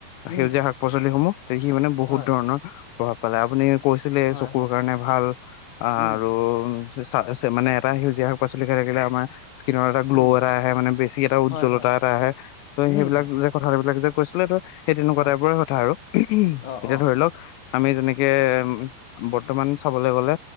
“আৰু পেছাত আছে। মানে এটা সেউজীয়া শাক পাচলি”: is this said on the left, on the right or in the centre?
Left